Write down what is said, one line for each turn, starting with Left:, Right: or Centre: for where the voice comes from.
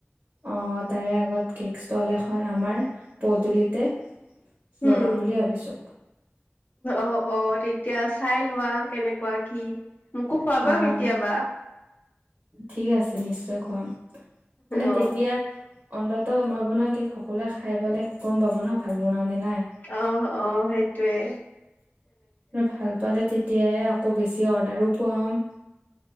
Right: অ' তাৰে আগত কেক ষ্টল এখন আমাৰ পদূলিতে লগাম
Left: উম
Right: বুলি ভাবিছোঁ।
Left: অ', অ' তেতিয়া চাই লোৱা কেনেকুৱা কি, মোকো খোৱাবা
Right: অ',
Left: কেতিয়াবা।
Right: ঠিক আছে নিশ্চয় খুৱাম। মানে
Left: অ
Right: তেতিয়া অন্তত মই বনোৱা কেক সকলোৱে খাই পেলাই গ'ম পাব ন' ভাল বনাও নে নাই।
Left: অ', অ' সেইটোয়ে।
Right: ভাল পালে তেতিয় আকৌ বেছি অৰ্ডাৰো পোৱা হ'ম।